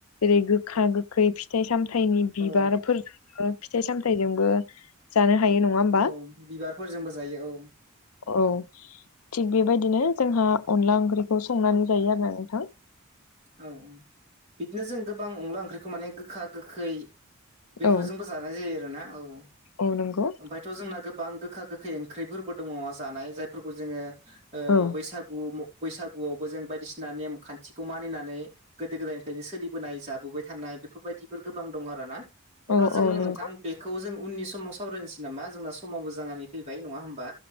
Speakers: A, on the left (about 85°); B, on the right (about 30°).
A: रै गोखा गोख खै फिथाइ सामथायाइनि बिबारफोरजोंबो
B: औ
A: फिथाइ सामथायाइजोंबो जानो हायो होमबा
B: औ बिबारफोरजोंबो जायो औ
A: औ थिग बेबायदिनो जोंहा अनला ओंख्रिखौ संनानै जायो आरोना नोंथां
B: औ औ बिदिनो जों गोबां अनला ओंख्रिखौ माने गोखा गोखै बेफोरजोंबो
A: औ
B: जानाय जायो आरोना औ
A: औ नंगौ
B: ओमफायथ' जोंना गोबां गोखा गोखै ओंख्रिफोरबो दङ जानाय जायफोरखौ जोङो ओ
A: औ
B: बैसागु बैसागुआवबो जों बायदिसिना नेम खान्थिखौ मानिना नै गोदो गोदायनिफ्रायनो सोलिबोनाय जाबोबाय थानाय बेफोरबायदिफोर गोबां दं आरोना अब्ला
A: औ
B: जों
A: औ नंगौ
B: नोंथां बे खौ जों उननि समाव सावरायनोसै नामा जोंना समावबो जानानै फैबाय नङा होमबा